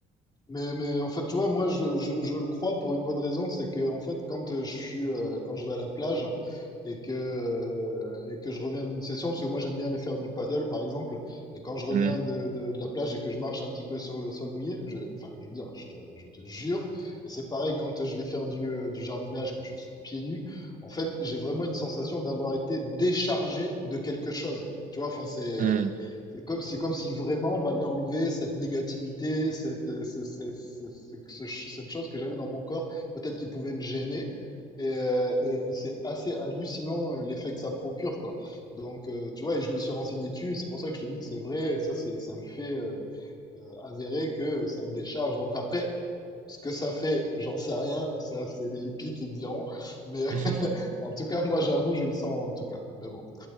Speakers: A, on the left; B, on the right.
A: Mais, mais en fait, tu vois, moi, je, je, je le crois pour une bonne raison, c'est que en fait, quand euh, je suis, euh, quand je vais à la plage et que, euh, et que je reviens d'une session, parce que moi, j'aime bien aller faire du paddle, par exemple, et quand je reviens
B: Mm,
A: de, de, de la plage et que je marche un petit peu sur le sol mouillé, je, enfin, je veux dire, je te, je te jure, et c'est pareil quand je vais faire du, euh, du jardinage, que je suis pieds nus, en fait, j'ai vraiment une sensation d'avoir été déchargé de quelque chose. Tu vois, enfin, c'est,
B: mm.
A: c'est comme si, comme si vraiment on m'avait enlevé cette négativité, cette, euh, ce- ce- ce- ce- ce- ce- cette chose que j'avais dans mon corps, peut-être qui pouvait me gêner. Et, euh, et- et c'est assez hallucinant euh, l'effet que ça procure, quoi. Donc, euh, tu vois, et je me suis renseigné dessus, c'est pour ça que je te dis que c'est vrai, et ça, c'est c'est un fait euh, euh, avéré que ça te décharge. Donc après, ce que ça fait, j'en sais rien, ça, c'est les hippies qui te diront. Mais <laughs>
B: <laughs>
A: en tout cas, moi, j'avoue, je le sens en tout cas. Mais bon.